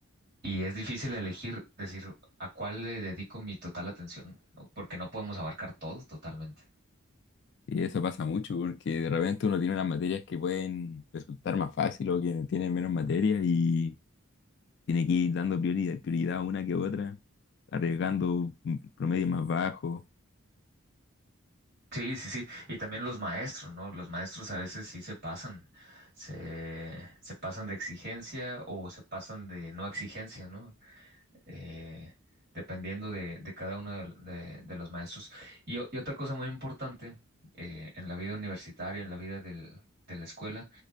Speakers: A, on the right; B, on the left.
A: y es difícil elegir, decir, a cuál le dedico mi total atención, ¿no? Porque no podemos abarcar todo totalmente.
B: Y eso pasa mucho porque de repente uno tiene unas materias que pueden resultar más fácil o que tienen menos materias y tiene que ir dando prioridad, prioridad a una que otra, arriesgando un promedio más bajo.
A: Sí, sí, sí. Y también los maestros, ¿no? Los maestros a veces sí se pasan, se, se pasan de exigencia o se pasan de no exigencia, ¿no? Eh, dependiendo de, de cada uno de, de- de los maestros. Y, o- y otra cosa muy importante eh, en la vida universitaria, en la vida del- de la escuela,